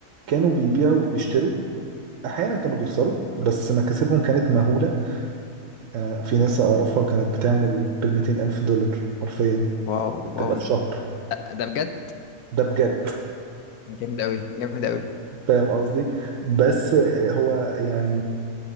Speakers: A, on the right; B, on the left.
A: كانوا بيبيعوا وبيشتروا أحيانا كانوا بيخسروا بس مكاسبهم كانت مهولة أنا في ناس أعرفها كانت بتعمل بالميتين ألف دولار حرفيا
B: واو
A: ممكن تبقى
B: واو
A: في شهر
B: ده ده بجد
A: ده بجد
B: جامد قوي جامد قوي
A: فاهم قصدي بس آه، هو يعني